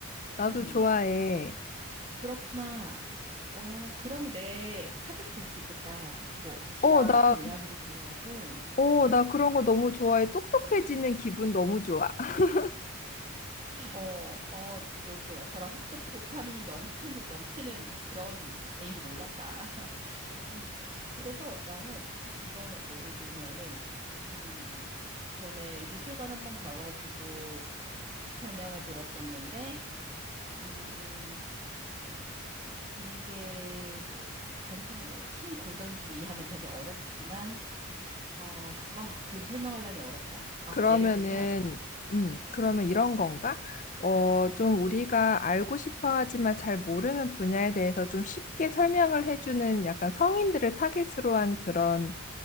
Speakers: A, on the left; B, on the right.
A: 나도
B: 음
A: 좋아해.
B: 그- 그렇구나. 어, 그러면 내 타겟이 될 수 있겠다. 뭐, 신화
A: 어, 나,
B: 같은 이야기도 좋아하고,
A: 어, 나 그런 거 너무 좋아해. 똑똑해지는 기분 너무 좋아. <laughs>
B: 어, 어, 너도 나처럼 학습 도파민이 넘치는, 넘치는 그런 애인 줄 몰랐다. <laughs> 음, 그래서 나는 이번에 뭐 예를 들면은, 음, 전에 미술관 한번 가가지고 설명을 들었었는데, 음, 이게 뭐, 단순히 뭐, 신고전주의 하면 되게 어렵지만, 어, 아, 지금 설명하려니 어렵다. 아,
A: 그러면은,
B: 예를 들면,
A: 음, 그러면 이런 건가? 어, 좀 우리가 알고 싶어 하지만 잘 모르는 분야에 대해서 좀 쉽게 설명을 해주는 약간 성인들을 타깃으로 한 그런